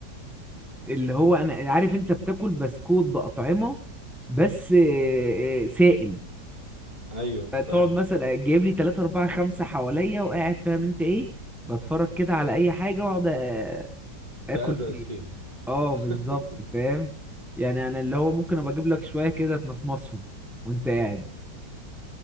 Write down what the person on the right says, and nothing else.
ايوه
فاهم
تأزأز
فيهم
<laughs>